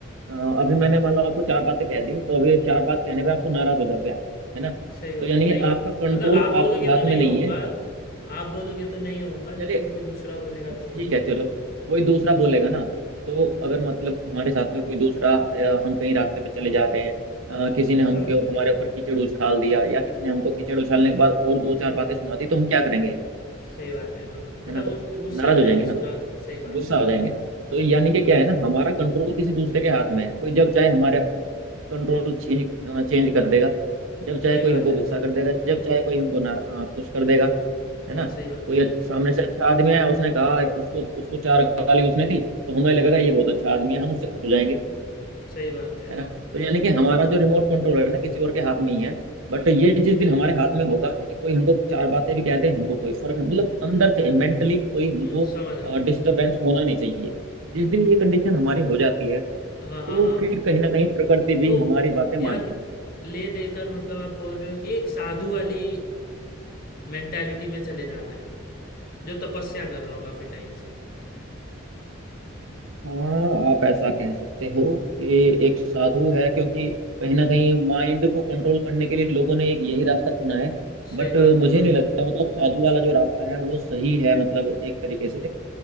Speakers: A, on the right (about 85°); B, on the left (about 45°).
A: अ, अभी मैंने मान लो आपको चार बातें कह दी तो अभी ये चार बात कहने पे आपको नाराज हो जाओगे आप है ना
B: सही बात
A: तो यानी कि
B: नहीं
A: आपका कंट्रोल
B: मतलब आप बोलोगे
A: आपके हाथ
B: तो नहीं
A: में नहीं
B: होऊंगा
A: है
B: आप बोलोगे तो नहीं होऊंगा
A: चलिए
B: लेकिन कोई दूसरा बोलेगा
A: ठीक
B: तो हो जाऊंगा
A: है चलो कोई दूसरा बोलेगा ना तो अगर
B: हाँ
A: मतलब हमारे साथ में कोई दूसरा अ, हम कहीं रास्ते पे चले जा रहे हैं अ, किसी ने हमके
B: हाँ
A: हमारे ऊपर कीचड़ उछाल दिया या किसी ने हमको कीचड़ उछालने के बाद और दो चार बातें सुना दी तो हम क्या करेंगे
B: सही बात है हाँ मतलब
A: है ना
B: उस गुस्से
A: नाराज
B: हो
A: हो जाएंगे
B: जाएंगे
A: ना
B: सुरात सही बात
A: गुस्सा
B: है
A: हो
B: हाँ
A: जाएंगे तो यानी कि
B: हाँ
A: क्या है ना हमारा कंट्रोल किसी दूसरे के हाथ में है कोई जब चाहे हमारा कंट्रोल चेंज चेंज कर देगा जब चाहे
B: सही
A: कोई
B: बात
A: हमको
B: है
A: गुस्सा
B: हाँ
A: कर देगा जब चाहे कोई हमको ना खुश कर देगा है
B: हाँ
A: ना
B: सही बात
A: कोई
B: है
A: अच्छ- सामने से अच्छा आदमी आया उसने कहा उसको उसको चार गाली उसने दी तो हमें लगेगा ये बहुत अच्छा आदमी है हम उससे खुश हो जाएंगे
B: सही बात है
A: है
B: हाँ
A: ना तो यानी कि हमारा जो रिमोट कंट्रोल है ना किसी और के हाथ में ही है बट ये जिस दिन हमारे हाथ में होगा कि कोई हमको चार बातें भी कह दे हमको कोई फर्क नहीं मतलब अंदर से मेंटली कोई हमको
B: हम्म समझ रहा हूँ
A: डिस्टरबेंस होना नहीं चाहिए जिस दिन ये कंडीशन हमारी हो जाती है
B: हाँ
A: तो
B: हाँ हाँ
A: फिर कहीं ना कहीं प्रकृति भी
B: तो
A: हमारी बातें
B: यार
A: मानती है
B: ले देकर मतलब आप बोल रहे हो कि एक साधु वाली मेंटालिटी में चले जाना है जो तपस्या कर रहा हो काफ़ी टाइम से
A: हाँ आप ऐसा कह सकते हो कि एक साधु है क्योंकि कहीं ना कहीं माइंड को कंट्रोल करने के लिए लोगों ने एक यही रास्ता चुना है
B: सही
A: बट
B: बात
A: मुझे
B: है हाँ
A: नहीं लगता मतलब साधु वाला जो रास्ता है वो सही है मतलब एक तरीके से